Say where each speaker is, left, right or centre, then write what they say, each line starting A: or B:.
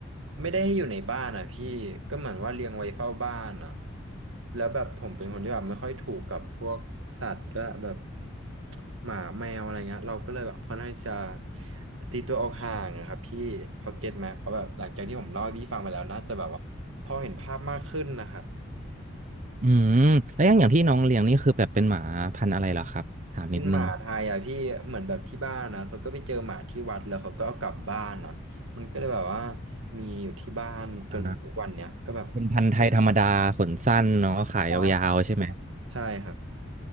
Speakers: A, on the right; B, on the right.
A: ไม่ได้ให้อยู่ในบ้านอ่ะพี่ก็เหมือนว่าเลี้ยงไว้เฝ้าบ้านอ่ะแล้วแบบผมเป็นคนที่แบบไม่ค่อยถูกกับพวกสัตว์ด้วยแบบ หมาแมวอะไรเงี้ยเราก็เลยแบบค่อนข้างที่จะตีตัวออกห่างอะครับพี่พอเก็ตไหมเพราะแบบหลังจากที่ผมเล่าให้พี่ฟังไปแล้วน่าจะแบบว่าพอเห็นภาพมากขึ้นนะครับ
B: อืมแล้วอย่างอย่างที่น้องเลี้ยงนี่คือแบบเป็นหมาพันธุ์อะไรเหรอครับถามนิดนึง
A: เป็นหมาไทยอ่ะพี่เหมือนแบบที่บ้านนะเขาก็ไปเจอหมาที่วัดแล้วเขาก็เอากลับบ้านอ่ะมันก็เลยแบบว่ามีอยู่ที่บ้านจนถึงทุกวันเนี้ยก็แบบ
B: อ่าเป็นพันธุ์ไทยธรรมดาขนสั้นเนาะขายยาวๆใช่ไหม
A: ใช่ใช่ครับ